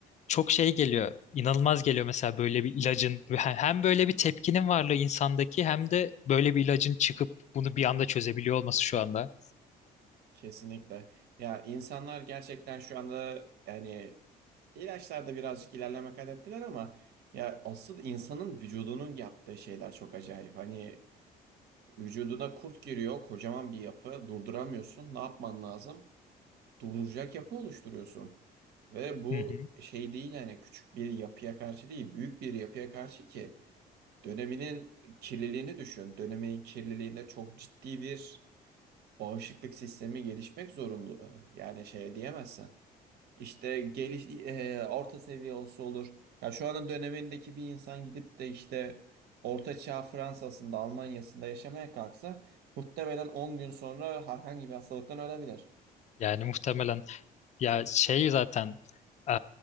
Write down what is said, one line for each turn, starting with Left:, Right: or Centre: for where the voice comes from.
Left: çok şey geliyor. inanılmaz geliyor mesela böyle bir ilacın hem böyle bir tepkinin varlığı insandaki hem de böyle bir ilacın çıkıp bunu bir anda çözebiliyor olması şu anda.
Right: Kesinlikle. Ya insanlar gerçekten şu anda yani ilaçlarda birazcık ilerleme kaydettiler ama ya asıl insanın vücudunun yaptığı şeyler çok acayip. Hani vücuduna kurt giriyor, kocaman bir yapı, durduramıyorsun. Ne yapman lazım? durduracak yapı oluşturuyorsun. Ve bu
Left: Hı hı.
Right: şey değil yani küçük bir yapıya karşı değil, büyük bir yapıya karşı ki döneminin kirliliğini düşün. Dönemin kirliliğinde çok ciddi bir bağışıklık sistemi gelişmek zorunda Yani şey diyemezsen İşte geliş e, orta seviye olsa olur. Ya şu anın dönemindeki bir insan gidip de işte Orta Çağ Fransa'sında, Almanya'sında yaşamaya kalksa muhtemelen 10 gün sonra herhangi bir hastalıktan ölebilir.
Left: Yani muhtemelen
Right: Tamam
Left: ya şey zaten eee,